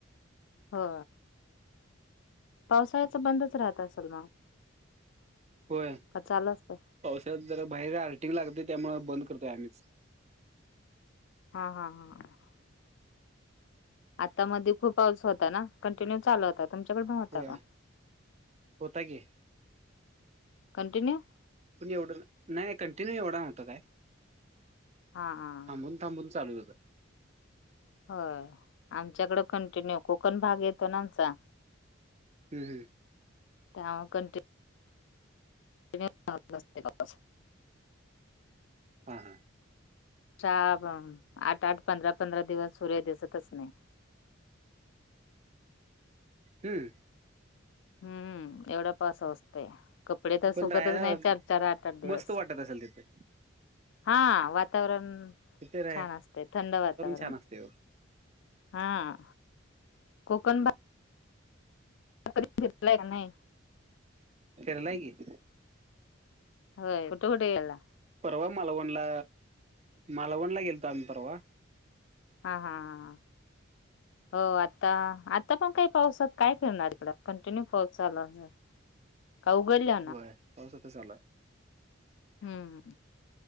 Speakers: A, on the left; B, on the right.
A: हो पावसाळ्याच बंदच राहत असेल मग.
B: होय
A: का चाल असत
B: पावसाळ जर बाहेर आर्टिंग लागते त्यामुळे बंद करतोय आम्हीच
A: हा हा हा आता मध्ये खूप पाऊस होता ना कंटिन्यू चालू होताात तुमच्याकडे पन होता
B: होय
A: का
B: होता की
A: कंटिन्यू
B: पण एवढं नाही नाही कंटिन्यू एवढं नव्हता काय.
A: हा हा
B: थांब थांबून चाल जात.
A: हो आमच्याकडें कंटिन्यू कोकण भाग येतो ना आमचा.
B: हम् हम
A: त्या कंटिन्यू. कंटिन्यू जात असते वापस.
B: हा हां
A: आठ आठ पंधरा पंधरा दिवस सूर्य दिसतच नाही.
B: हम्म
A: हम्म एवढा पाऊस असते. कपडे तर
B: पण
A: सुकतच
B: राहायला
A: नाही चार चार आठ आठ दिवस.
B: मस्त वाटत असेल तिथं
A: हा वातावरण.
B: तिथे राय
A: छान असते थंड वातावरण
B: छान असते
A: हा. कोकण भा. कधी बघितलं का नाही?
B: भेराय की.
A: हो कुठे कुठे गेला.
B: परवा मालवणला मालवणला गेलतो आम्ही परवा.
A: हा हा हा हा हो आता आता पण काही पाऊसात काय फिरणार इकडे कंटिन्यू पाऊस चालू. <inaudible> कौगल्य.
B: होय पास त चालाय.
A: हम्म.